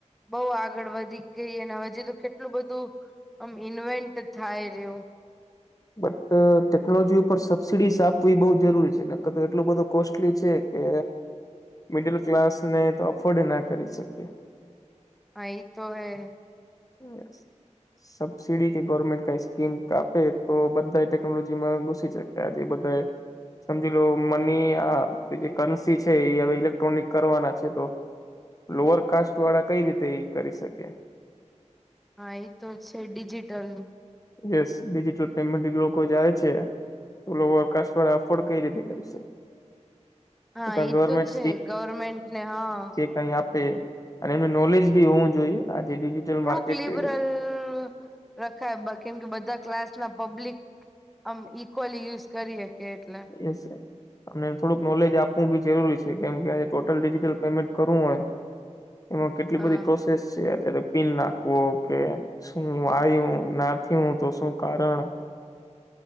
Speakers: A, in the centre; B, on the left (about 30°).
A: બહુ આગળ વધી ગઈ અને હજી તો કેટલું બધું આમ ઇન્વેન્ટ થાય રહ્યો
B: બટ ટેકનોલોજી ઉપર સબસિડીઝ આપવી બઉ જરૂરી છે નકર તો એટલું બધું કોસ્ટલી છે કે મિડલ ક્લાસ ને તો અફોર્ડ ના કરી શકે
A: હા ઈ તો હે
B: <inaudible> સબસીડી કે ગવર્મેન્ટ કઈ સ્કીમક આપે તો બધા ટેકનોલોજીમાં ઘુસી સકે ત્યાથી બધાય સમજી લો મની આ જે કરન્સી છે એ હવે ઇલેક્ટ્રોનિક કરવાના છે તો લોઅર કાસ્ટ વાળા કઈ રીતે ઈ કરી શકે
A: હા ઈ તો છે ડિજિટલ
B: યસ ડિજિટલ પેમેન્ટ ઈ લોકો જાય છે તો લોઅર કાસ્ટવાળા અફોર્ડ કઈ રીતે કરી શકે
A: હા
B: કા
A: ઈ
B: ગવર્મેન્ટ
A: તો છે ગવર્મેન્ટ ને હા
B: કાઈ આપે અને એનું નોલેજ બી હોવુ જોઈએ આજે ડિજિટલ માર્કેટ
A: <inaudible>
B: એ છે
A: રખાય કેમ કે બધા ક્લાસમાં પબ્લિક આમ ઇક્વલી યુઝ કરી સકે એટલે
B: એસે અમને થોડુંક નોલેજ આપવું બી જરૂરી છે કેમ કે આજે ટોટલ ડિજિટલ પેમેન્ટ કરવું હોય એમાં કેટલી
A: હા
B: બધી પ્રોસેસ છે અત્યારે પિન નાખવો કે શું આવું ના થું તો શું કારણ?